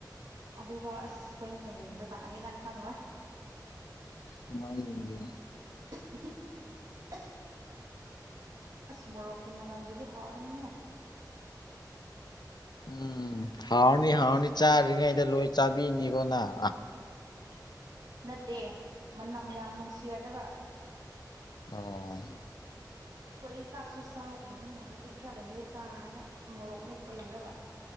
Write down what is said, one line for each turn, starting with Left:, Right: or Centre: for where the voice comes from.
Right: ꯑꯗꯨꯐꯥꯎ ꯑꯁ ꯑꯩꯈꯣꯏꯅ ꯌꯦꯡꯕ ꯆꯥꯡꯅꯦ ꯅꯪ ꯈꯪꯉꯣꯏ
Left: ꯁꯨꯃꯥꯏ ꯌꯦꯡꯒꯦ
Right: <unintelligible> <inaudible> ꯑꯁ ꯃꯣꯔꯣꯛꯀꯤ ꯃꯅꯥꯝꯖꯤꯗꯤ ꯍꯔꯅꯤ ꯍꯦ
Left: ꯎꯝ ꯍꯥꯎꯔꯅꯤ ꯍꯥꯎꯅꯤ ꯆꯥꯗ꯭ꯔꯤꯉꯩꯗ ꯂꯣꯏ ꯆꯥꯕꯤꯅꯤꯀꯣꯅꯪ
Right: <unintelligible> ꯅꯠꯇꯦ ꯃꯅꯝ ꯌꯥꯝ ꯅꯨꯡꯁꯤꯔꯛꯑꯦꯕ
Left: ꯑꯣ
Right: ꯈꯣꯏꯗꯤ ꯆꯥꯛꯁꯨ ꯆꯥꯗ꯭ꯔꯤꯝꯅꯤꯅ ꯍꯧꯖꯤꯛ ꯈꯔ ꯂꯩꯔꯗꯤ ꯆꯥꯔꯅꯦ ꯃꯣꯔꯣꯛ ꯃꯦꯠꯄ ꯂꯣꯏꯔꯒ